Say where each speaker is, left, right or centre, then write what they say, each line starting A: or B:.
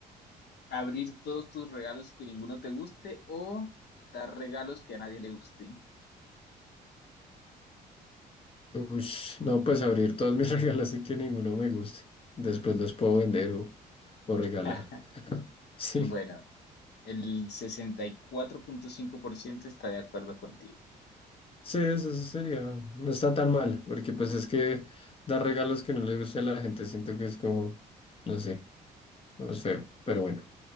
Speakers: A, on the left; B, on the left.
A: Abrir todos tus regalos y que ninguno te guste o dar regalos que a nadie le gusten.
B: Ush, no, pues abrir todos mis <laughs> regalos y que ninguno me guste. Después los puedo vender o, o regalar.
A: <laughs>
B: <laughs> Sí,
A: Bueno, el sesenta y cuatro punto cinco por ciento está de acuerdo contigo.
B: sí, eso eso sería. No está tan mal, porque pues es que dar regalos que no le guste a la gente siento que es como, no sé, es feo. Pero bueno,